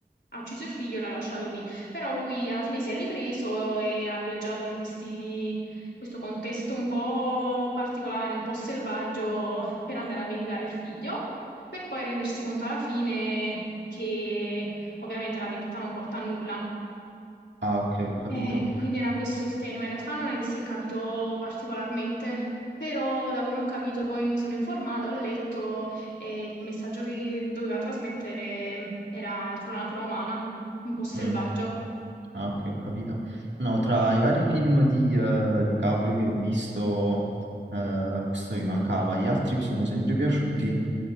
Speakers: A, on the left; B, on the right.
A: ha ucciso il figlio e l'ha lasciato lì. Però lui alla fine si è ripreso e ha viaggiato in questi- in questo contesto un po' particolare, un po' selvaggio per andare a vendicare il figlio, per poi rendersi conto alla fine che ovviamente la vendetta non porta a nulla.
B: Ah, ok, ho capito.
A: Eh, quindi era questo il tema. In realtà non è che si è capito particolarmente, però da come ho capito poi mi sono informata, ho letto e il messaggio che doveva trasmettere era sulla natura umana, un po' selvaggia.
B: Mm. Ah, ok, ho capito. No, tra i vari film di, eh, di Caprio che ho visto, eh, questo mi mancava. Gli altri mi sono sempre piaciuti.